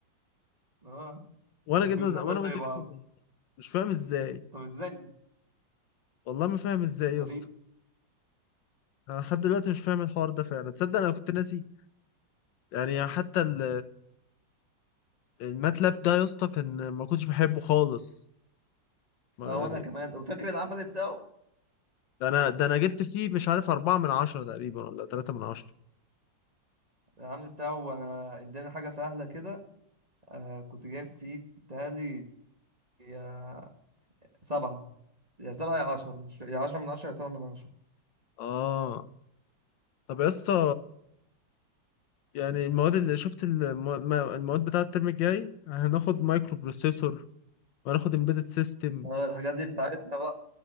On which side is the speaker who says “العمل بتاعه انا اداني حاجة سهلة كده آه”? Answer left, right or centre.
Right